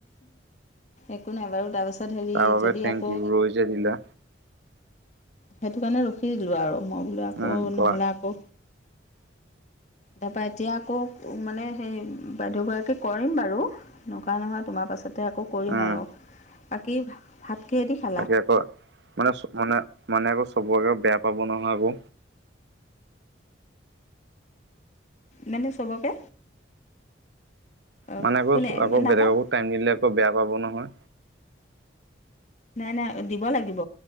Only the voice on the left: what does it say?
একো নাই বাৰু তাৰপিছত হেৰি
যদি
আকৌ
সেইটো কাৰণে ৰখি দিলো আৰু মই বোলো আকৌ
নহ'লে আকৌ তাৰপৰা এতিয়া আকৌ মানে সেই বাইদেউ গৰাকীক কৰিম বাৰু। নকৰা নহয় তোমাৰ পাছতে আকৌ কৰিম
আৰু। বাকী ভাত কিহে দি খালা?
মানে চবকে? অ,
কোনে
নাপায়
নাই নাই দিব লাগিব,